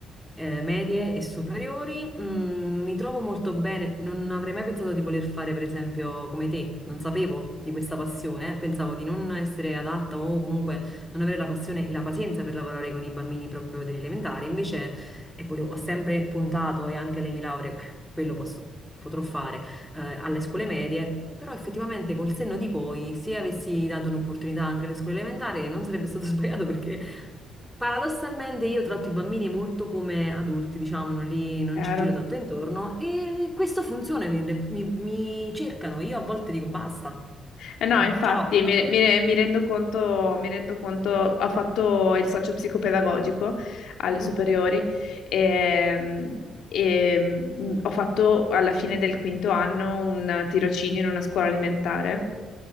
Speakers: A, in the centre; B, on the left (about 75°).
A: eh, medie e superiori, mm, mi trovo molto bene. Non avrei mai pensato di voler fare, per esempio, come te. Non sapevo di questa passione. Pensavo di non essere adatta o comunque non avere la passione e la pazienza per lavorare con i bambini proprio dell'elementare. Invece, e volevo- ho sempre puntato, e anche le mie lauree, <laughs> quello posso- potrò fare, eh, alle scuole medie. Però effettivamente col senno di poi, se avessi dato un'opportunità anche alle scuole elementari, non sarebbe stato <laughs> sbagliato perché Paradossalmente io tratto i bambini molto come adulti, diciamo, non, li- non
B: Chiaro.
A: ci giro tanto intorno e questo funziona, evidente- mi, mi cercano, io a volte dico basta,
B: Eh No,
A: Mm,
B: infatti,
A: ciao. <laughs>
B: mi, mi- mi rendo conto, mi rendo conto, ho fatto il socio psicopedagogico alle
A: Mhm,
B: superiori e, e, mm, ho fatto alla fine del quinto anno un tirocinio in una scuola alimentare